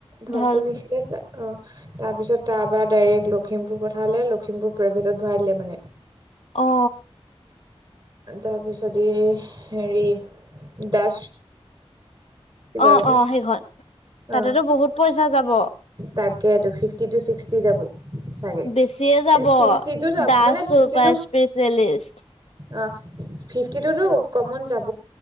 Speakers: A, on the right; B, on the left.
A: ঢলপুৰ
B: ঢল
A: নিছিলে তাত অ', তাৰপিছত তাৰপৰা ডাইৰেক্ট লখিমপুৰ পঠালে, লখিমপুৰ প্ৰাইভেটত ভৰাই দিলে মানে।
B: অ
A: তাৰপিছত এই, হেৰি দাস কিবা
B: অ
A: যে
B: অ সেইখন, তাতেতো
A: অ
B: বহুত পইচা যাব।
A: তাকেটো ফিফটি টু ছিক্সটি যাব। চাগে,
B: বেছিয়ে যাব
A: ছিক্সটি টু যাব
B: দাস
A: মানে
B: চুপাৰ
A: ফিফটি টু
B: স্পেচিয়েলিষ্ট
A: অ ফিফটি টু টো কমন যাব